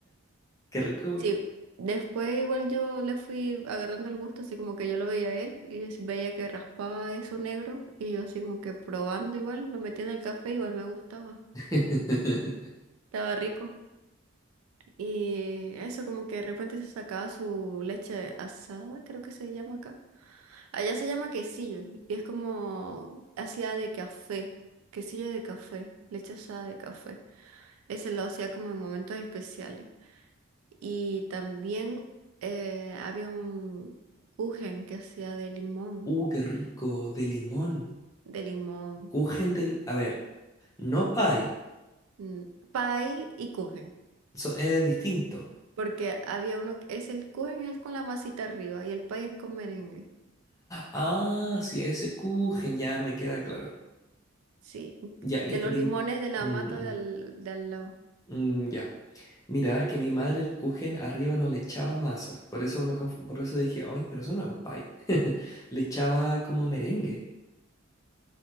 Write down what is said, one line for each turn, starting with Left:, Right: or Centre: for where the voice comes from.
Left: Qué rico, igual.
Right: Sí, después igual yo le fui agarrando el gusto, así como que yo lo veía a él y es- veía que raspaba eso negro y yo así como que probando igual, lo metía en el café, igual me gustaba,
Left: <laughs>
Right: estaba rico. Y eso como que de repente se sacaba su leche asada, creo que se llama acá. Allá se llama quesillo y es como hacía de café, quesillo de café, leche asada de café. Ese lo hacía como en momentos especiales. Y también eh, había un kuchen que hacía de limón,
Left: Uh, qué rico, de limón.
Right: de limón,
Left: Kuchen del... A ver, no pie.
Right: mm, pie y kuchen.
Left: Eso es distinto.
Right: Porque había uno, que es el kuchen es el con la masita arriba y el pie es con merengue.
Left: Ah, sí, ese Kuchen ya me queda claro.
Right: Sí,
Left: Ya,
Right: de
Left: que
Right: los
Left: mi...
Right: limones
Left: mm,
Right: de la
Left: mm,
Right: mata de al, de al lado.
Left: mm, ya. Mira, que mi madre el Kuchen arriba no le echaba masa. Por eso me conf- por eso dije, oye, pero eso no es pie. <laughs> Le echaba como merengue.